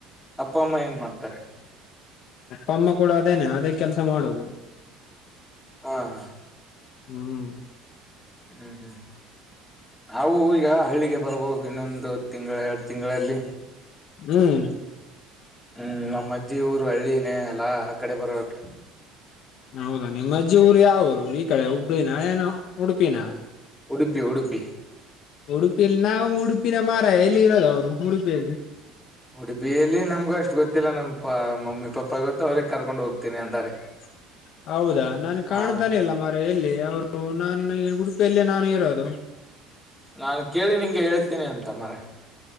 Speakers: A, in the centre; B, on the left.
A: ಅಪ್ಪ ಅಮ್ಮ ಏನ್ ಮಾಡ್ತಾರೆ.
B: ಅಪ್ಪಮ್ಮ ಕೂಡ ಅದೇನೆ ಅದೇ ಕೆಲಸ ಮಾಡೋದು.
A: ಹಾ ಹಾ
B: ಹ್ಮ್
A: ಹ್ಮ್ ಹ್ಮ್ ನಾವು ಈಗ ಹಳ್ಳಿಗೆ ಬರ್ಬಹುದು ಇನ್ನೊಂದು ತಿಂಗಳ ಎರಡು ತಿಂಗಳಲ್ಲಿ.
B: ಹ್ಮ್
A: ಹ್ಮ್ ನಮ್ ಅಜ್ಜಿ ಊರು ಹಳ್ಳಿನೇ ಅಲಾ ಆ ಕಡೆ ಬರ್ಬೇಕು.
B: ಹೌದಾ ನಿಮ್ಮಜ್ಜಿ ಊರು ಯಾವೂರು ಈ ಕಡೆ ಹುಬ್ಳಿನ ಏನ ಉಡುಪಿನ.
A: ಉಡುಪಿ ಉಡುಪಿ.
B: ಉಡುಪಿಯಲ್ ನಾವು ಉಡುಪಿನೆ ಮಾರಾಯ್ ಎಲ್ಲಿ ಇರೋದು ಅವ್ರು ಉಡುಪಿಯಲ್ಲಿ.
A: ಉಡುಪಿಯಲ್ಲಿ ನಮ್ಗೂ ಅಷ್ಟ್ ಗೊತ್ತಿಲ್ಲ ನಮ್ಮ ಮಮ್ಮಿ ಪಪ್ಪಾ ಗೊತ್ತು ಅವ್ರೇ ಕರ್ಕೊಂಡ್ ಹೋಗ್ತೀನಿ ಅಂದಾರೆ.
B: <unintelligible> ಹೌದಾ ನನಗ್
A: ಹಾ
B: ಕಾಣ್ತಾನೆ ಇಲ್ಲ ಮಾರಾಯ್ ಎಲ್ಲಿ ಅವರು ನಾನ ಉಡುಪಿಯಲ್ಲಿ ನಾನು ಇರೋದು.
A: ನಾನ್ ಕೇಳಿ ನಿಂಗೆ ಹೇಳ್ತೀನಿ ಅಂತ ಮಾರಾಯ್.